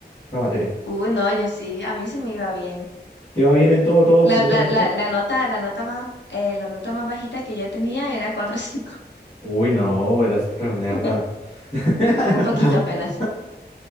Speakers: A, on the left (about 30°); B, on the left (about 90°).
A: la materia?
B: Uy, no, yo sí, a mí sí me iba bien.
A: ¿Te iba bien en todo, todo, absolutamente
B: La, la, la,
A: todo?
B: la nota, la nota más, eh, la nota más bajita que yo tenía era cuatro cinco.
A: Uy, no, era súper nerda.
B: <laughs>
A: <laughs>
B: Un poquito apenas.